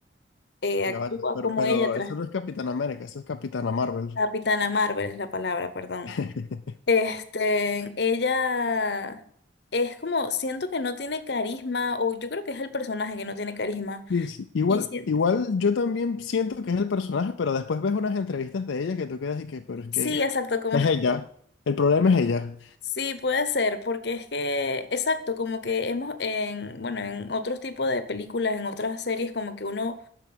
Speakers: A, on the left (about 60°); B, on the left (about 80°).
A: eh,
B: Ya
A: actúa
B: vale, pero,
A: como
B: pero
A: ella, tras
B: eso no es Capitán América, eso es Capitana Marvel.
A: Capitana Marvel es la palabra, perdón.
B: <laughs>
A: Este, ella es como, siento que no tiene carisma, o yo creo que es el personaje que no tiene carisma.
B: Sí, sí. Igual,
A: Y sí,
B: igual yo también siento que es el personaje, pero después ves unas entrevistas de ella que tú quedas y que, pero es
A: sí,
B: que
A: exacto, como,
B: es
A: <laughs>
B: ella. El problema es ella.
A: sí, puede ser, porque es que, exacto, como que hemos, en, bueno, en otros tipos de películas, en otras series, como que uno